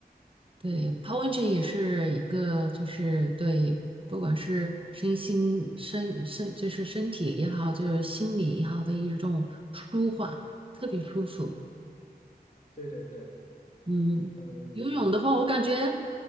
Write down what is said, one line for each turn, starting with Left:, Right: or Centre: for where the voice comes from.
Right: 对泡温泉也是一个，
Left: 嗯，
Right: 就是对，不管是身心身身，就是身体也好，就是心理也好的一种舒缓，特别舒服。
Left: 对对对，
Right: 嗯，
Left: 嗯
Right: 游泳的话，我感觉，